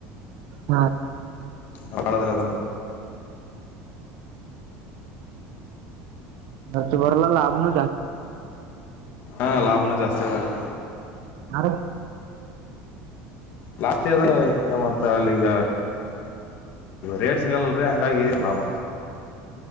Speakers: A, on the right (about 55°); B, on the left (about 40°).
A: ಹಾ
B: ಮಾಡದ್ರ ಅದನ್ನ
A: ಹೆಚ್ಚ ಭರಲ್ಲ ಲಾಭ ನ
B: ಹಾ ಲಾಭನು ಜಾಸ್ತಿ ಬರತ್ತ
A: ಹಾ ರೀ
B: ಲಾಸ್ಟ್ದ ಮತ್ತ ಅಲ್ಲಿಗ ರೇಟ್ ಸಿಗಲ್ಲಲ್ರಿ ಹಂಗಾಗಿ ಲಾಭ